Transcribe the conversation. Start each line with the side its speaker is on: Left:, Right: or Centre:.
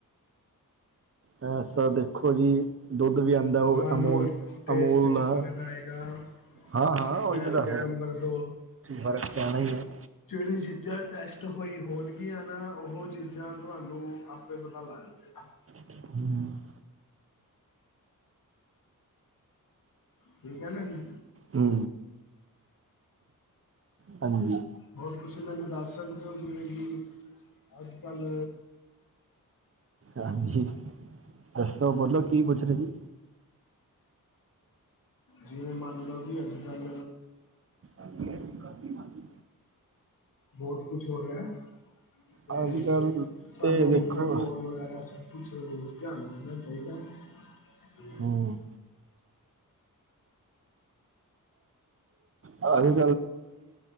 Right: ਹਾਂ, ਸਾਦੇ ਦੇਖੋ ਜੀ, ਦੁੱਧ ਵੀ ਆਦਾ ਉਹ
Left: ਤੁਹਾਨੂੰ
Right: ਅਮੂਲ-ਅਮੂਲ
Left: ਟੇਸਟ 'ਚ
Right: ਦਾ।
Left: ਫ਼ਰਕ ਆਏਗਾ
Right: ਹਾਂ-ਹਾਂ,
Left: ਠੀਕ
Right: ਉਹੀ
Left: ਹੈ
Right: ਤੇ ਤਾਂ
Left: ਔਰ ਨੰਬਰ ਦੋ
Right: ਫਰਕ ਪੈਣਾ ਹੀ ਹੈ।
Left: ਜਿਹੜੀ ਚੀਜ਼ਾਂ ਟੈਸਟ ਹੋਈ ਹੋਣਗੀਆਂ ਨਾ, ਉਹ ਚੀਜ਼ਾਂ ਤੁਹਾਨੂੰ ਆਪੇ ਪਤਾ ਲੱਗ ਜਾਏਗਾ।
Right: ਹੁ <inaudible>
Left: ਠੀਕ ਹੈ, ਨਾ ਜੀ।
Right: ਹੂੰ। ਪੰਜੀ।
Left: ਹੋਰ, ਤੁਸੀਂ ਮੈਨੂੰ ਦੱਸ ਸਕਦੇ ਹੋ? ਜਿਵੇਂ, ਕਿ, ਅੱਜ- ਕੱਲ
Right: ਹਾਂਜੀ। ਦੱਸੋ, ਬੋਲੋ, ਕੀ ਪੁੱਛਦੇ ਸੀ?
Left: ਜਿਵੇਂ, ਮੰਨ ਲਓ ਕਿ, ਅੱਜ-ਕੱਲ
Right: ਅਤ ਨਹੀਂ <unintelligible>
Left: ਬਹੁਤ ਕੁਛ ਹੋ ਰਿਹਾ, ਅਤੇ
Right: ਅੱਜ ਕੱਲ੍ਹ
Left: ਸਾਨੂੰ
Right: ਤੇ ਦੇਖੋ
Left: ਅਪਨੀ ਕੋਲ ਵਗੈਰਾ ਸ ਕੂਛ ਧਿਆਨ ਦੇਣਾ ਚਾਹੀਦਾ, ਤੇ
Right: ਹਮ ਅਸੀ,